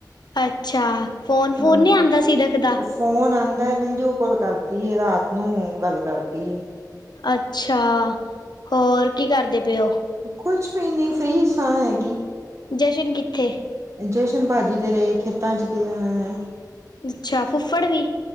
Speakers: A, on the left; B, on the right.
A: ਅੱਛਾ ਫੋਨ
B: ਹਾਂ
A: ਫੁਨ ਨਹੀਂ ਆਂਦਾ ਸਿਦਕ ਦਾ
B: ਫੋਨ ਆਂਦਾ ਵੀਡੀਓ ਕਾਲ ਕਰਦੀ ਰਾਤ ਨੂੰ ਗੱਲ ਕਰਦੀ ਏ।
A: ਅੱਛਾ ਹੋਰ ਕੀ ਕਰਦੇ ਪਏ ਹੋ
B: ਕੁਛ ਵੀ ਨੀ ਫਰੀ ਸਾਂ ਹੈਗੀ।
A: ਜਸ਼ਨ ਕਿੱਥੇ
B: ਜਸ਼ਨ ਭਾਜੀ ਤੇਰੇ ਖੇਤਾਂ 'ਚ ਗਿਆ ਹੋਇਆ।
A: ਅੱਛਾ ਫੁੱਫੜ ਵੀ